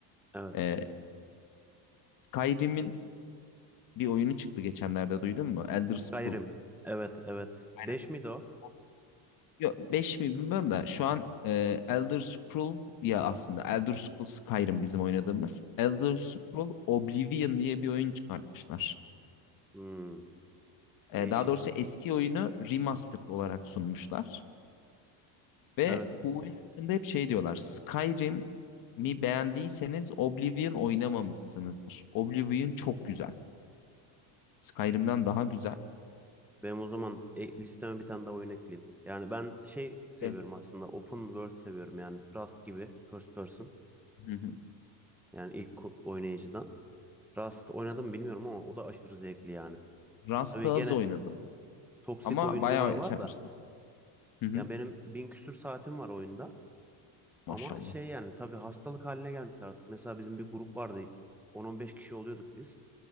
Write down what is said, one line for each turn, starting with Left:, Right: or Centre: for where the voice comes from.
Centre: Evet.
Left: E, Skyrim'in bir oyunu çıktı geçenlerde duydun mu? Elder Scrolls.
Centre: Gayrim. Evet, evet.
Left: Aynen.
Centre: 5 miydi o?
Left: O- Yok 5 mi bilmiyorum da şu an e, Elder Scroll ya aslında Elder Scrolls Skyrim bizim oynadığımız. Elder
Centre: Evet.
Left: Scroll Oblivion diye bir oyun çıkartmışlar.
Centre: Hmm,
Left: E,
Centre: değişik.
Left: daha doğrusu eski oyunu remastered olarak sunmuşlar. Ve
Centre: Evet.
Left: bu oyun hakkında hep şey diyorlar. Skyrim'i beğendiyseniz Oblivion oynamamışsınızdır. Oblivion çok güzel. Skyrim'den daha güzel.
Centre: Benim o zaman e, listeme bir tane daha oyun ekleyeyim. Yani ben şey
Left: Ve
Centre: seviyorum aslında. Open World seviyorum yani. Rust gibi. First person.
Left: Hı hı.
Centre: Yani ilk ko- oynayıcıdan. Rust oynadım bilmiyorum ama o da aşırı zevkli yani.
Left: Rust'ı
Centre: Tabii
Left: az
Centre: gene
Left: oynadım.
Centre: toksik
Left: Ama
Centre: oyuncular
Left: bayağı
Centre: var
Left: şey yapmıştım.
Centre: da.
Left: Hı hı.
Centre: Ya benim bin küsür saatim var oyunda.
Left: Maşallah.
Centre: Ama şey yani tabii hastalık haline gelmişti artık. Mesela bizim bir grup vardı. 10-15 kişi oluyorduk biz.